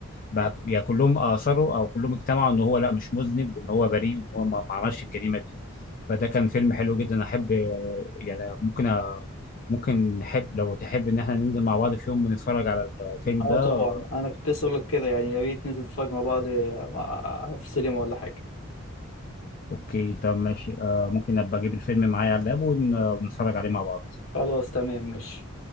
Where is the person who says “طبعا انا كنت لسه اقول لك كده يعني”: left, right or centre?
Left